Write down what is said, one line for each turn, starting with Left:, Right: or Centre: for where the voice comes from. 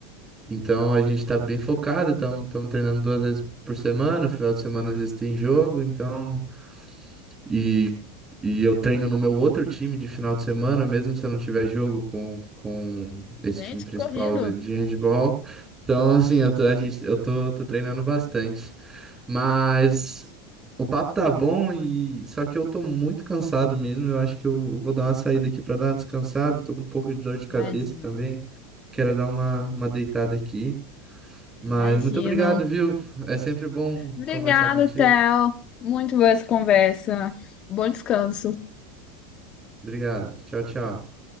Right: Então, a gente tá bem focado, estamos treinando duas vezes por semana, final de semana às vezes tem jogo, então... E, e eu treino no meu outro time de final de semana, mesmo se eu não tiver jogo com, com esse
Left: Gente,
Right: time principal
Left: que corrido,
Right: de, de handebol. Então, assim, eu tô, a gente, eu tô, tô treinando bastante. Mas o papo tá bom e só que eu tô muito cansado mesmo. Eu acho que eu vou dar uma saída aqui pra dar uma descansada. Tô com um pouco de dor de cabeça
Left: imagina.
Right: também. Quero dar uma, uma deitada aqui. Mas
Left: Imagino.
Right: muito obrigado, viu? É sempre bom
Left: Obrigada,
Right: conversar contigo.
Left: Theo. Muito boa essa conversa. Bom descanso.
Right: Obrigado. Tchau, tchau.